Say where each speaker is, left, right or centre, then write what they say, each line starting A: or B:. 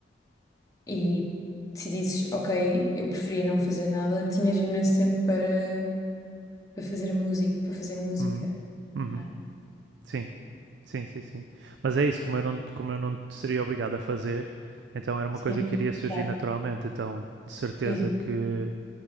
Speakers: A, on the left; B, on the right.
A: e decidisses, ok, eu preferia não fazer nada, tinhas imenso tempo para, para fazer a música, para fazer música.
B: uhum, uhum.
A: não é?
B: Sim, sim, sim, sim. Mas é isso, como eu não, como eu não seria obrigado a fazer, então era uma
A: Sim,
B: coisa que iria surgir
A: tá.
B: naturalmente. Então, de certeza
A: Sim.
B: que